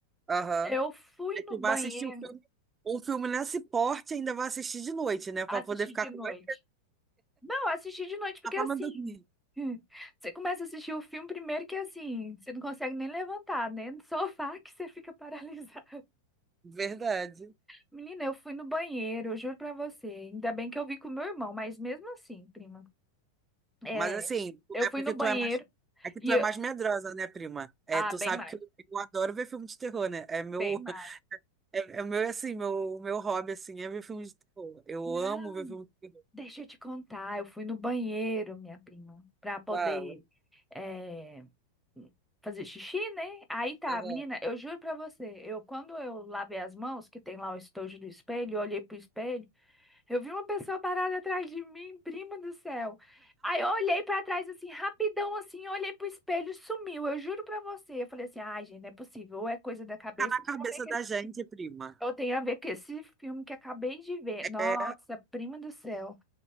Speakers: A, on the right; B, in the centre.
A: Aham.
B: Eu fui
A: É
B: no
A: que
B: banheiro
A: vai assistir o filme, um filme nesse porte, ainda vai assistir de noite, né? Pra
B: assistir
A: poder ficar
B: de
A: com
B: noite.
A: mais
B: Não, assisti de noite porque
A: pra
B: assim,
A: não dormir.
B: <laughs> você começa a assistir o filme primeiro que assim, você não consegue nem levantar, né? No sofá que você fica <laughs> paralisado.
A: Verdade.
B: Menina, eu fui no banheiro, eu juro pra você. Ainda bem que eu vi com meu irmão, mas mesmo assim, prima. É,
A: Mas assim, tu-
B: eu
A: é
B: fui
A: porque
B: no banheiro
A: tu é mais. É que
B: e.
A: tu é
B: eu-
A: mais medrosa, né, prima? É,
B: Ah,
A: tu
B: bem
A: sabe
B: mais,
A: que eu, eu adoro ver filme de terror, né? É meu,
B: bem mais.
A: <laughs> é, é meu assim, meu, meu hobby assim é ver filme de terror. Eu
B: Não,
A: amo ver filme de terror.
B: deixa eu te contar. Eu fui no banheiro, minha prima, pra poder
A: Fala.
B: é, fazer xixi, né? Aí tá,
A: Aham.
B: menina, eu juro pra você. Eu, quando eu lavei as mãos, que tem lá o estojo do espelho, eu olhei pro espelho. Eu vi uma pessoa parada atrás de mim, prima do céu. Aí eu olhei pra trás assim, rapidão assim, eu olhei pro espelho e sumiu. Eu juro pra você. Eu falei assim: "Ai, gente, não é possível. Ou é coisa da cabeça,
A: Fica na
B: ou
A: cabeça
B: tem a ver com
A: da
B: esse
A: gente, prima.
B: ou tem a ver com esse filme que acabei de ver". Nossa,
A: É,
B: prima do céu.